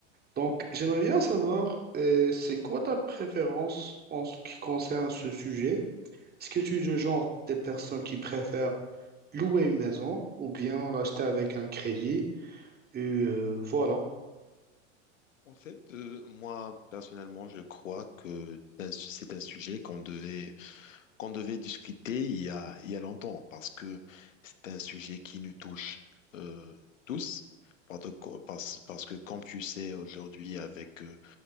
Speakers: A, on the right (about 25°); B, on the left (about 90°).
A: Donc, j'aimerais bien savoir, euh, c'est quoi ta préférence en ce qui concerne ce sujet? Est-ce que tu es le genre des personnes qui préfèrent louer une maison ou bien l'acheter avec un crédit? Et, euh, voilà.
B: En fait, euh, moi personnellement, je crois que d'un- c'est un sujet qu'on devait qu'on devait discuter il y a il y a longtemps parce que c'est un sujet qui nous touche euh, tous parce, que parce- parce que comme tu sais aujourd'hui avec euh,